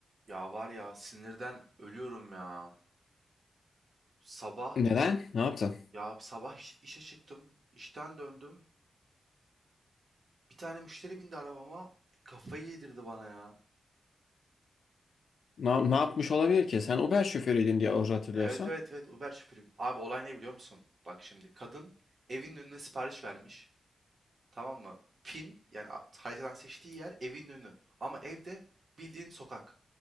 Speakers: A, on the right; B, on the left.
A: Ya var ya sinirden ölüyorum ya. Sabah
B: Neden? Ne yaptın?
A: ya sabah iş- işe çıktım. işten döndüm. Bir tane müşteri bindi arabama. Kafayı yedirdi bana ya.
B: Ne, ne yapmış olabilir ki? Sen Uber şoförüydün diye orada hatırlıyorsan.
A: Evet evet evet Uber şoförüyüm. Abi olay ne biliyor musun? Bak şimdi kadın evin önüne sipariş vermiş. Tamam mı? Pin yani a- haritadan seçtiği yer evin önü. Ama evde bildiğin sokak.